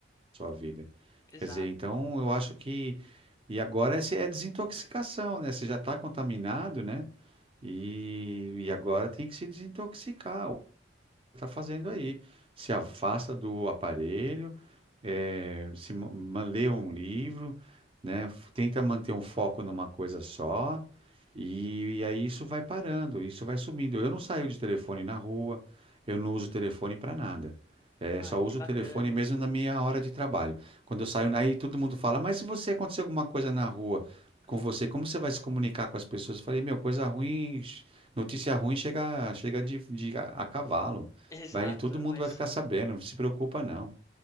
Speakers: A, on the right; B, on the left.
A: sua vida.
B: exato.
A: Quer dizer, então eu acho que. E agora essa é desintoxicação, né? Você já está contaminado, né? E, e agora tem que se desintoxicar. O que você está fazendo aí? Se afasta do aparelho, eh, se ma- ma- lê um livro, né? f- Tenta manter um foco numa coisa só, e, e aí isso vai parando, isso vai sumindo. Eu não saio de telefone na rua, eu não uso telefone para nada. Eh,
B: Ah,
A: só
B: que
A: uso
B: bacana.
A: o telefone mesmo
B: <laughs>
A: na minha hora de trabalho. Quando eu saio, aí todo mundo fala, mas se você acontecer alguma coisa na rua com você, como você vai se comunicar com as pessoas? Eu falei, meu, coisa ruim, ch- notícia ruim chega, chega de, de a a cavalo.
B: Exato,
A: Vai, todo mundo
B: mas.
A: vai ficar sabendo, não se preocupa não